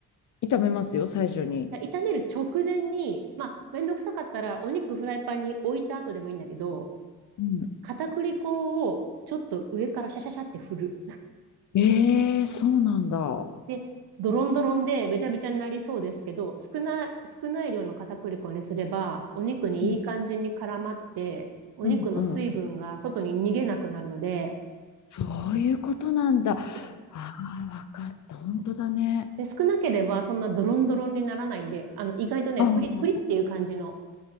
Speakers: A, on the left; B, on the right.
A: 炒めますよ、最初に。
B: 炒める直前に、まあ、めんどくさかったら、お肉フライパンに置いた後でもいいんだけど、
A: うん。
B: 片栗粉をちょっと上からシャシャシャって振る。
A: ええそうなんだ。
B: で、ドロンドロンでべちゃべちゃになりそうですけど、少な、少ない量の片栗粉にすれば、お肉にいい感じに絡まって、
A: うん。
B: お肉の水分が外に逃げなくなるので、
A: うんうん。そういうことなんだ。
B: うん
A: ああ、わかった。本当だね。
B: で、少なければそんなドロンドロンにならないんで、あの、意外とね、
A: ああ
B: プリ、プリっていう感じの、